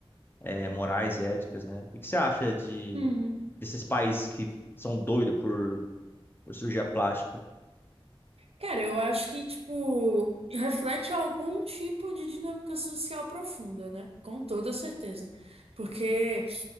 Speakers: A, on the left; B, on the right.
A: é, morais, éticas, né? O que que você acha de
B: Uhum.
A: desses países que são doidos por, por cirurgia plástica?
B: Cara, eu acho que, tipo, reflete algum tipo de dinâmica social profunda, né? Com toda certeza. Porque